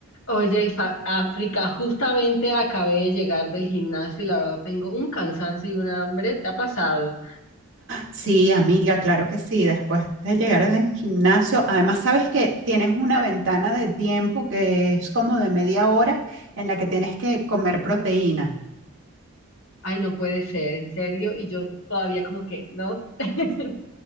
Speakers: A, on the left (about 70°); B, on the right (about 60°).
A: Oye, Fa- África, justamente acabé de llegar del gimnasio y la verdad tengo un cansancio y una hambre. ¿Te ha pasado?
B: Sí, amiga, claro que sí. Después de llegar al gimnasio, además sabes que tienes una ventana de tiempo que es como de media hora en la que tienes que comer proteína.
A: Ay, no puede ser, en serio. Y yo todavía como que no. <laughs>